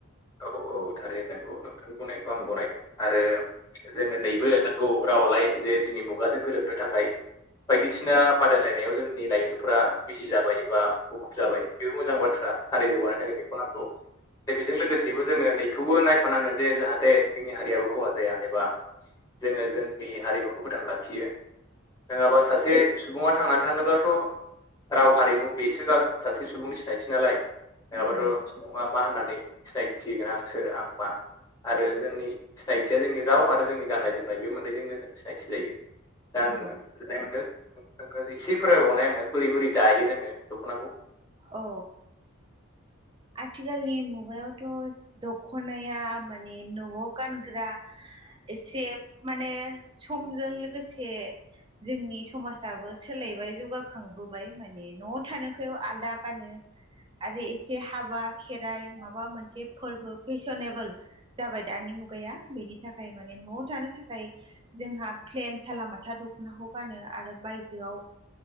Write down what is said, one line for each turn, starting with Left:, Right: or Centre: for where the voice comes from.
Left: औ औ थारैनो नोंगौ नोंथांनि बुंनायखौ आं गनायदों आरो जोङो नैबो नंगौ रावालाय जे दिनै मुगाजों गोरोबनो थाखाय बायदिसिना बादायलायनायाव जोंनि लाइमोनफोरा बिजि जाबाय एबा मुखुब जाबाय बेबो मोजां बाथ्रा आरो जौगानायनि थाखाय बेखौ नांगौ दा बेजों लोगोसेैबो जोङो नैखौबो नायफानांगोन जे जाहाथे जोंनि हारियाबो खहा जाया। एबा जोङो जोंनि हारिमुखौ फोथांना लाखियो। नङाबा सासे सुबुङा थांनानै थानोबाथ' राव हारिमु बेसो सासे सुबुंनि सिनायथि नालाय नङाबाथ'
Right: नंगौ
Left: सुबुङा मा होननानै सिनायथि होगोन आं सोर आं मा आरो जोंनि सिनायथि सिनायथिया जोंनि राव आरो जोंनि गाननाय जोमनाय बे मोननैजोंनो जों सिनायथि जायो दा आङो
Right: नंगौ
Left: सानाय मोनदों एसे फोररायबावनाय आंनो बोरै बोरै दायो जोङो दख'नाखौ
Right: अ आथिखालनि मुगायावथ' दखनाया माने न'आव गानग्रा एसे माने समजों लोगोसे जोंनि समाजाबो सोलायबाय जौगाखांबोबाय माने न <unintelligible> आलादा गानो आरो एसे हाबा खेराइ माबा मोनसे फोरबो फेसनेबोल जाबाय दानि मुगाया बेनि थाखाय माने न'आव थानो थाखाय जोंहा प्लेन सालामाथा दख'नाखौ गानो आरो बायजोआव